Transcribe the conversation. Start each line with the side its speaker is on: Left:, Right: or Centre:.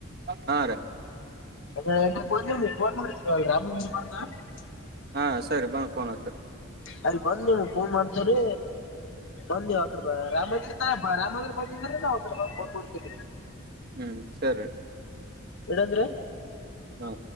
Right: ಹಾ ರೀ
Left: <unintelligible>
Right: ಹಾ ಸರಿ ಬಂದ್ ಫೋನ್ ಹಚ್ರಿ
Left: ಅಲ್ಲಿ ಬಂದ್ ನಿಮ್ ಫೋನ್ ಮಾಡ್ತ್ರೀ ಬಂದ್ ನೀವು ಅಕಡೆ ಬ ರಾಮ ಮಂದಿರ ತ ಬ ರಾಮ ಮಂದಿರ್ ಬಂದಿದ್ರ ನಾವು <unintelligible>
Right: ಹ್ಮ್ ಸರಿ
Left: ಇಡಂದ್ರೆ
Right: ಹಾ